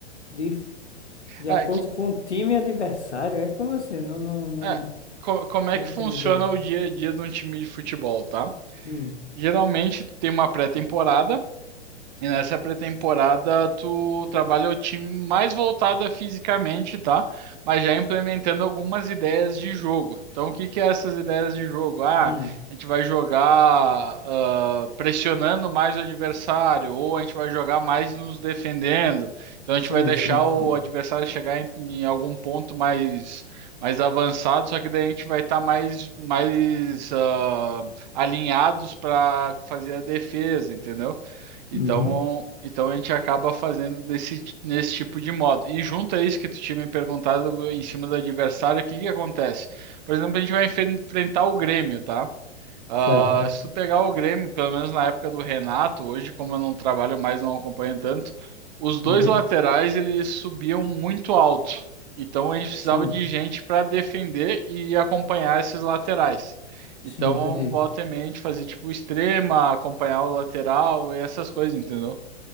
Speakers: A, on the left; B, on the right.
A: de de
B: É,
A: acordo
B: que,
A: com o time adversário? É como assim? Não, não, não,
B: é, co- como é
A: não
B: que
A: entendi
B: funciona
A: direito.
B: o dia a dia de um time de futebol, tá?
A: Hum,
B: Geralmente tu tem uma pré-temporada E nessa pré-temporada, tu trabalha o time mais voltado a fisicamente, tá? Mas já implementando algumas ideias de jogo. Então, o que que é essas ideias de jogo? Ah,
A: hum.
B: a gente vai jogar ah, pressionando mais o adversário, ou a gente vai jogar mais nos defendendo. Então, a gente
A: Sim,
B: vai deixar
A: sim, sim.
B: o adversário chegar em, em algum ponto mais, mais avançado, só que daí a gente vai estar mais, mais ah, alinhados para fazer a defesa, entendeu? Então,
A: Uhum.
B: então a gente acaba fazendo desse, ti- nesse tipo de modo. E junto a isso que tu tinha me perguntado em cima do adversário, o que que acontece? Por exemplo, a gente vai enfe- enfrentar o Grêmio, tá? Ah,
A: Certo.
B: se tu pegar o Grêmio, pelo menos na época do Renato, hoje, como eu não trabalho mais, não acompanho tanto, os dois
A: Uhum.
B: laterais eles subiam muito alto. Então a gente precisava
A: Sim,
B: de gente para defender e acompanhar esses laterais. Então,
A: sim, entendi.
B: volta e meia, a gente fazia tipo extrema, acompanhar o lateral e essas coisas, entendeu?